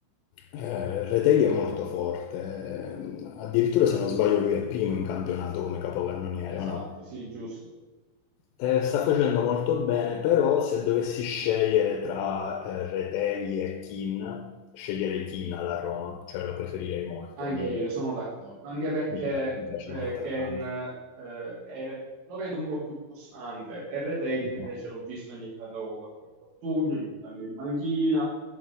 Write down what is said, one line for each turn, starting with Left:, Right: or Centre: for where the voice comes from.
Left: Ehm, Retegui è molto forte, ehm, addirittura se non sbaglio lui è primo in campionato come capocannoniere,
Right: Esatto,
Left: o no?
Right: sì, giusto.
Left: Ehm, sta facendo molto bene, però se dovessi scegliere tra, ehm, Retegui e Kean, sceglierei Kean alla Roma, cioè lo preferirei molto.
Right: Anche
Left: Mi
Right: io sono d'accordo, anche perché
Left: mi pia mi piace
Right: eh,
Left: come attaccante.
Right: Ken eh, è- lo vedo un po' più costante e Reteghi
Left: No.
Right: invece l'ho visto ogni tanto con qualche infortunio, ogni tanto in banchina,